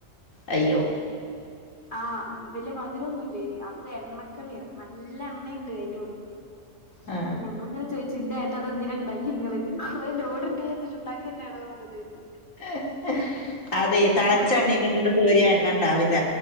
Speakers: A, on the left (about 90°); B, on the left (about 40°).
A: അയ്യോ.
B: ആഹ് വല്യ മധുരൊന്നും ഇല്ല്യേനി അത് എണ്ണക്കളിയാ നല്ല എണ്ണിണ്ട് അയിന്റെ ഉള്ളി
A: ആ
B: അഹ് ഞങ്ങളിങ്ങനെ ചോയ്ച്ച് ഇ ട്ടതെന്തിന ഇണ്ടാക്കി ങ്ങള് <unintelligible> ലോഡ്ണ്ടേര് <unintelligible> ചോയ്ച്.
A: ഹ് ഹ് അതെ തെളച്ച
B: ഇന്റെ മോൾ
A: എണ്ണേക്ക്ട്ട്ട്ട് കോരിയ എണ്ണ ഇണ്ടാവില്ല.